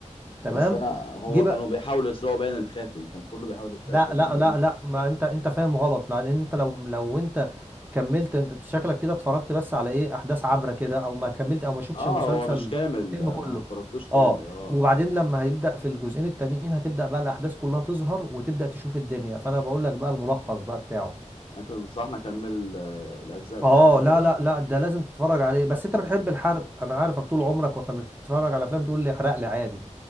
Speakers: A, on the right (about 15°); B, on the left (about 45°).
A: تمام
B: بس أنا هو
A: جه
B: كانوا
A: بقى
B: بيحاولوا يسرقوا باين الخاتم كان كله بيحاول يسرق
A: لا
B: الخاتم
A: لا
B: ده
A: لا
B: باين
A: لا ما انت انت فاهم غلط لا، لان انت لو لو انت كملت انت شكلك كده اتفرجت بس على ايه احداث عبره كده او ما كملت او ما شفتش
B: أه
A: المسلسل
B: هو مش كامل
A: الفيلم
B: ما
A: كله
B: فرقتوش كامل
A: اه
B: أه
A: وبعدين لما هيبدا في الجزئين التانيين هتبدا بقى الاحداث كلها تظهر وتبدا تشوف الدنيا فانا بقول لك بقى الملخص بقى بتاعه
B: انت تنصحني اكمل آه، الاجزاء بتاعته
A: اه
B: وكده
A: لا لا لا ده لازم تتفرج عليه بس انت بتحب الحرق انا عارفك طول عمرك واحنا بنتفرج على افلام تقول لي احرق لي عادي